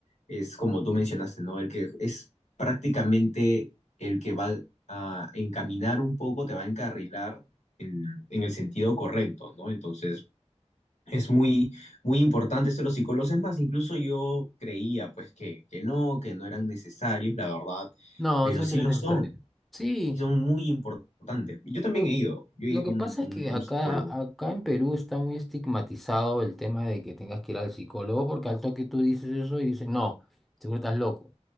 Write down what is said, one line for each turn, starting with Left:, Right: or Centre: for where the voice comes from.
Left: es como tú mencionaste, ¿no? El que es prácticamente el que va a encaminar un poco, te va a encarrilar en, en el sentido correcto, ¿no? Entonces... Es muy, muy importante esto de los psicólogos. Es más, incluso yo creía pues que, que no, que no eran necesarios, la verdad,
Centre: No,
Left: pero
Centre: siempre
Left: sí lo
Centre: es necesario.
Left: son,
Centre: Sí,
Left: y son muy importantes. Yo también
Centre: Lo
Left: he ido, yo he
Centre: lo
Left: ido
Centre: que
Left: a un,
Centre: pasa
Left: a un-
Centre: es que
Left: a un
Centre: acá,
Left: psicólogo.
Centre: acá en Perú está muy estigmatizado el tema de que tengas que ir al psicólogo, porque al toque tú dices eso y dicen, no, seguro estás loco.